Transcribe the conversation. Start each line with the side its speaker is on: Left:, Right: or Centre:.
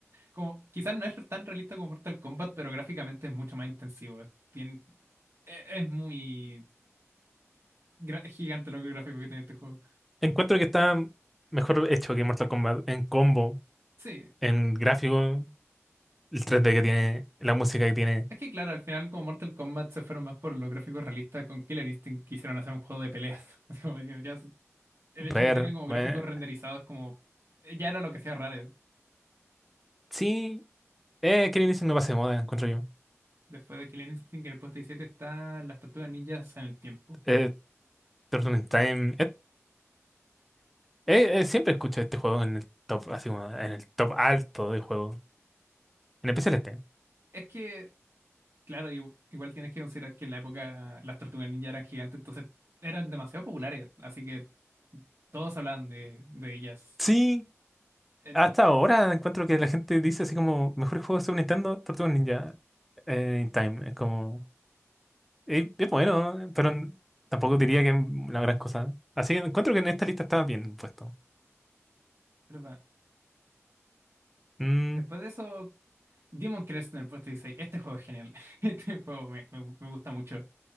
Right: Como, quizás no es tan realista como Mortal Kombat, pero gráficamente es mucho más intensivo. Es bien, e- es, muy gra- gigante los gráficos que tiene este juego.
Centre: Encuentro que está mejor hecho que Mortal Kombat en combo,
Right: Sí,
Centre: en gráfico, el 3D que tiene, la música que tiene,
Right: es que claro, al final como Mortal Kombat se fueron más por los gráficos realistas, con Killer Instinct quisieron hacer un juego de peleas. <laughs> Así como diciendo, ya, el
Centre: Rare,
Right: hecho de que tenga como
Centre: bueno,
Right: gráficos renderizados como eh, ya era lo que hacía Rare.
Centre: sí, eh, Killer Instinct no pasa de moda, encuentro yo.
Right: Después de Killer Instinct en el puesto 17 está las tortugas ninjas en el tiempo.
Centre: Eh, Turtles in Time. eh, eh, eh, siempre escucho este juego en el top, así como en el top alto de juego. En especial este.
Right: Es que Claro, igu- igual tienes que considerar que en la época las tortugas ninja eran gigantes, entonces eran demasiado populares, así que todos hablaban de, de ellas.
Centre: Sí,
Right: Esto,
Centre: hasta ahora encuentro que la gente dice así como mejor juego de Super Nintendo, Turtles Ninja eh, in Time. Es como. eh, Es, bueno, pero n- tampoco diría que es la gran cosa. Así que encuentro que en esta lista está bien puesto.
Right: ¿verdad?
Centre: Mm,
Right: Después de eso, Demon Crest en el puesto 16. Este juego es genial. <laughs> Este juego me, me- me gusta mucho.